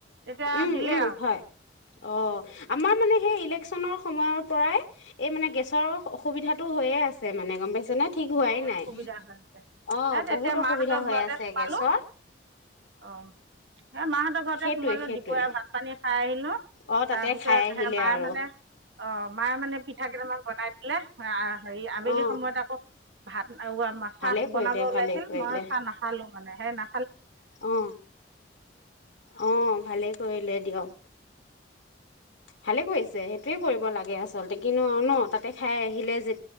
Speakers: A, on the right; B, on the left.
A: তেতিয়া
B: উম
A: দিলে
B: উম
A: আৰু
B: হয় অ আমাৰ মানে সেই ইলেকচনৰ সময়ৰ পৰাই এই মানে গেছৰ অসুবিধাতটো হৈয়ে আছে মানে গম পাইছে নে ঠিক হোৱাই
A: বহুত
B: নাই
A: অসুবিধা হে
B: অ
A: তেতিয়া
B: বহুত অসুবিধা
A: মাহঁতৰ
B: হৈ
A: ঘৰতে
B: আছে
A: সোমালো
B: গেছৰ
A: অ এ মাহঁতৰ ঘৰতে
B: সেইটোৱে
A: সোমালো
B: সেইটোৱে
A: দুপৰীয়া ভাত পানী খাই খাই <unintelligible> খালো
B: অ তাতে
A: তাৰপিছত
B: খাই আহিলে
A: সে মায়ে
B: আৰু
A: মানে অ মায়ে মানে পিঠা কেইটামান বনাই পেলে আ হেৰি আবেলি
B: অ
A: সময়ত আকৌ ভাত আৱা মা চাহ
B: ভালে কৰিলে
A: বনাব ওলাইছিল
B: ভালে কৰিলে
A: মই চাহ নাখালো মানে হে না
B: অ অ ভালেই কৰিলে দিয়ক ভালেই কৰিছে সেইটোৱে কৰিব লাগে আচ আচলতে কিনো অ ন তাতে খাই আহিলে যে